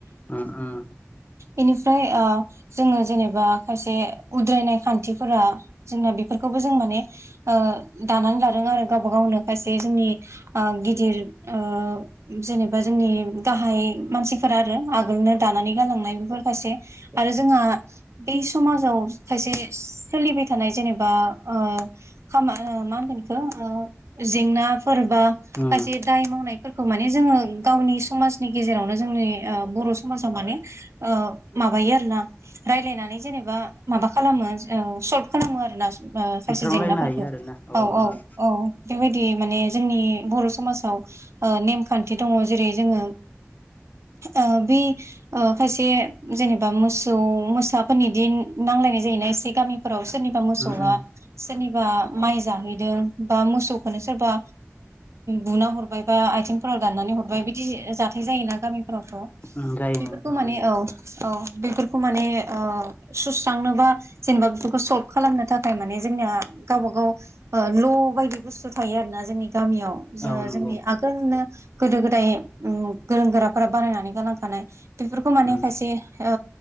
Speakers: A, on the left (about 35°); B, on the right (about 65°).
A: उम उम
B: बेनिफ्राय ओ जोङो जेनेबा खायसे उद्रायनाय खान्थिफोरा जोंना बेफोरखौबो जों माने ओ दानानै लादों आरो गावबा गावनो खायसे जोंनि ओ गिदिर ओ जेनेबा जोंनि गाहाय मानसिफोरा आरो आगोलनो दानानै गालांनाय बेफोर खायसे आरो जोंहा बे समाजाव खायसे सोलिबाय थानाय जेनेबा ओ खामा मा ओ होनगोन बेखौ जेंना फोरबा
A: उम
B: खायसे दाय मावनाय फोरखौ माने जोङो गावनि समाजनि गेजेरावनो जोंनि ओ बर' समाजाव माने ओ माबायो आरो ना रायलायनानै जेनेबा माबा खालामो ओ सल्भ खालामो आरोना ओ सायसे
A: सुस्रांलायनो
B: जेंनाफोरखौ
A: हायो आरोना
B: औ औ
A: उम
B: औ बेबायदि माने जोंनि बर' समाजाव ओ नेमखान्थि दङ जेरै जोङो ओ बे ओ खायसे जेनेबा मोसौ मोसाफोरनि दिन नांलायनाय जायोना एसे गामि फोराव सोरनिबा मोसौहा
A: उम
B: सोरनि बा माइ जाहैदों बा मोसौखौनो सोरबा बुना हरबाय बा आथिंफो फोराव दाननानै हरबाय बिदि जाथाय जायोना गामिफोरावथ'
A: उम जायो
B: बेफोरखौ
A: नोंथां
B: माने
A: जायो
B: औ औ बेफोरखौ माने ओ सुस्रांनोबा जेनेबा बेफोरखौ सल्भ खालामनो थाखाय माने जोंनिया गावबा गाव ओ ल' बायदि बुस्थु थायो आरोना जोंनि गामियाव जा
A: औ नंगौ
B: जोंनि आगोलनो गोदो-गोदाय उम गोरों गोराफोरा बानायनानै गालांखानाय बेफोरखौ माने
A: उम
B: खायसे ओ